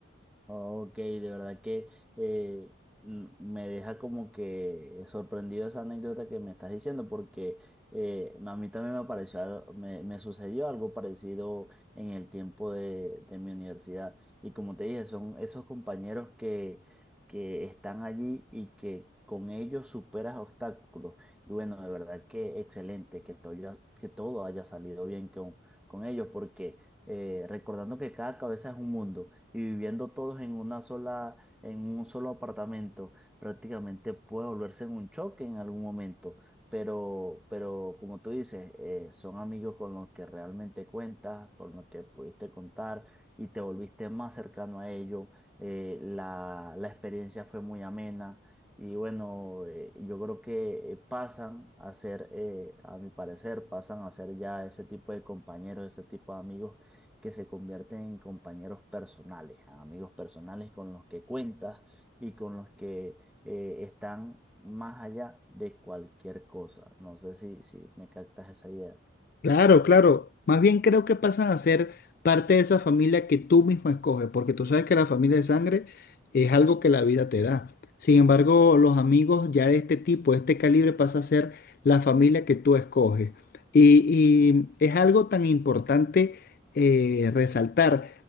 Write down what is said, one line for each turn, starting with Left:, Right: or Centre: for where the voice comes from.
Centre: Oh, Ok, de verdad que eh, m- me deja como que sorprendido esa anécdota que me estás diciendo, porque eh, a mí también me pareció, al- me, me sucedió algo parecido en el tiempo de, de mi universidad. Y como te dije, son esos compañeros que, que están allí y que con ellos superas obstáculos. Y bueno, de verdad que excelente que todo, haya- que todo haya salido bien con, con ellos, porque eh, recordando que cada cabeza es un mundo y viviendo todos en una sola, en un solo apartamento, prácticamente puede volverse en un choque en algún momento. Pero, pero como tú dices, eh, son amigos con los que realmente cuentas, con los que pudiste contar y te volviste más cercano a ellos. Eh, la, la experiencia fue muy amena. Y bueno, eh, yo creo que eh, pasan a ser, eh, a mi parecer, pasan a ser ya ese tipo de compañeros, ese tipo de amigos que se convierten en compañeros personales, amigos personales con los que cuentas y con los que eh, están más allá de cualquier cosa. No sé si, si me captas esa idea.
Left: Claro, claro. Más bien creo que pasan a ser parte de esa familia que tú mismo escoges, porque tú sabes que la familia de sangre es algo que la vida te da. Sin embargo, los amigos ya de este tipo, de este calibre, pasa a ser la familia que tú escoges. Y, y es algo tan importante eh, resaltar